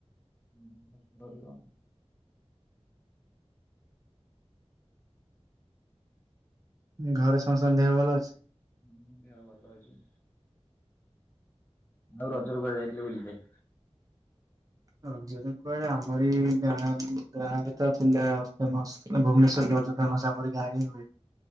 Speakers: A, on the left; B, on the right.
A: ଉ ହୁଁ ଭଲ।
B: ଘରେ ସମସ୍ତ ଦେହ ଭଲ ଅଛି?
A: ହୁଁ ଦେହ ଭଲ ଅଛି। ଆଉ ରଜ ରେ କୁଆଡେ ଯାଇଥିଲେ ବୁଲିଲେ?
B: ରଜ ରେ କୁଆଡେ ଆମର ଏଇ ଗାଁ ଗାଁରେ ତ ଥିଲା ଫେମସ। ଭୁବନେଶ୍ଵର ଫେମସ ଆମରି ଗାଁ ରେ ହିଁ ହୁଏ